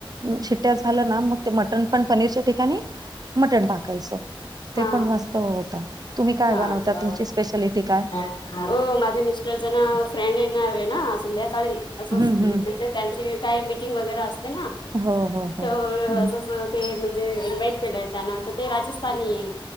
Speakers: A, on the right; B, on the left.
A: शिट्ट्या झालं ना मग ते मटण पण पनीरच्या ठिकाणी मटण टाकायचं. ते
B: हा
A: पण मस्त होता. तुम्ही काय
B: हा
A: बनवता तुमची स्पेशलिटी काय?
B: हो माझ मिस्टर जन फ्रेंड येणार रे ना संध्याकाळी असं
A: हम्म
B: म्हणजे
A: हम्म
B: त्यांची काही मीटिंग वगैरे असते ना
A: हो हो हो
B: तर
A: हम्म,
B: असंच- म्हणजे इनवाइट केलंय त्यांना तर ते राजस्थानी आहे.